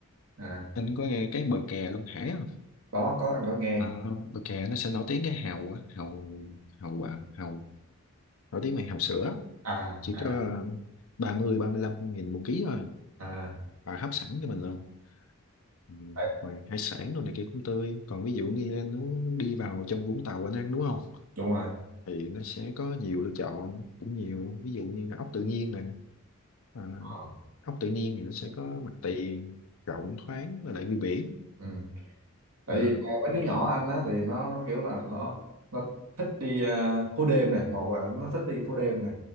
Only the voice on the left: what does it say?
anh có nghe cái bờ kè Long Hải không
Ờ, bờ kè nó sẽ nổi tiếng cái hàu á hàu hàu bà hàu nổi tiếng về hàu sữa
chỉ
có ba ba mươi ba mươi lăm nghìn một ký thôi
bà hấp sẵn cho mình luôn Ừ,
mà hải sản đồ này kia cũng tươi còn ví dụ như anh muốn đi vào trong Vũng Tàu anh ăn đúng không
thì nó sẽ có nhiều lựa chọn cũng nhiều ví dụ như là ốc tự nhiên nè à,
ốc tự nhiên thì nó sẽ có mặt tiền rộng thoáng với lại view biển
à,